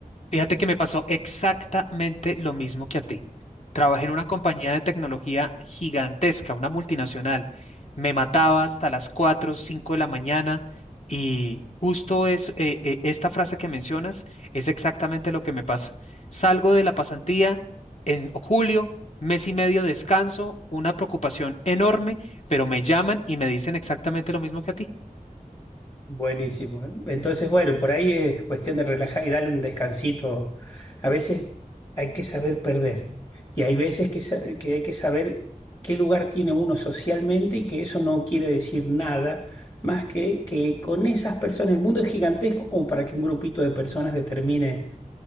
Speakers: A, on the left; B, on the left.
A: Fíjate que me pasó exactamente lo mismo que a ti. Trabajé en una compañía de tecnología gigantesca, una multinacional. Me mataba hasta las cuatro, cinco de la mañana y justo es eh, eh, esta frase que mencionas es exactamente lo que me pasa. Salgo de la pasantía en julio, mes y medio descanso, una preocupación enorme, pero me llaman y me dicen exactamente lo mismo que a ti.
B: Buenísimo. ¿eh? Entonces, bueno, por ahí es cuestión de relajar y darle un descansito. A veces hay que saber perder y hay veces que, sa- que hay que saber qué lugar tiene uno socialmente y que eso no quiere decir nada más que que con esas personas, el mundo es gigantesco como para que un grupito de personas determine